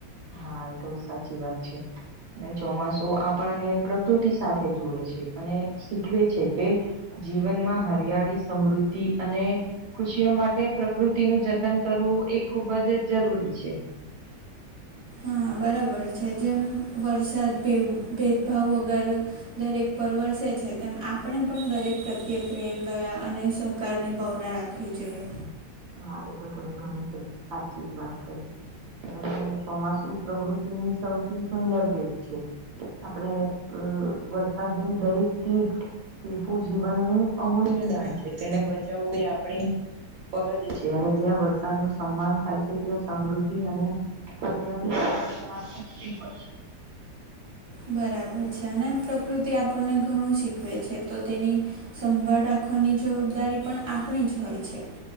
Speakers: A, on the right; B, on the right.
A: હા એ તો સાચી વાત છે. અને ચોમાસું આપણને પ્રકૃતિ સાથે જોડે છે અને શીખવે છે કે. જીવનમાં હરિયાળી સમૃદ્ધિ અને ખુશીઓ માટે પ્રકૃતિનુંું જતન કરવું એ ખુબ જ જરૂરી છે
B: હા બરાબર છે જેમ વરસાદ ભેદભાવ વગર દરેક પરવસે છે તેમ આપણે પણ દરેક પ્રત્યે પ્રેમદયા અને સહકારની ભાવના રાખવી ખી જઈએ
A: હા એ તો તમે ઘણી સાચી જ વાત કરી ત ચોમાસું પ્રકૃતિ ની સૌથી સુંદર બેટ છે આપણેે અ વરસાદની દરેક ટીક ટીપુ જીવનનુંું અમૂલ્યદાન છે તેને બચાવવું એ આપણી ફરજ છે અને જ્યાં વરસાદ નું સન્માન થાય છે ત્યાં સમૃદ્ધિ અને ફરિયાળી હોય
B: બરાબર છે અને પ્રકૃતિ આપણને ઘણું શીખવે છે તો તેની સંભાળ રાખવાની જવાબદારી પણ આપણી જ હોય છે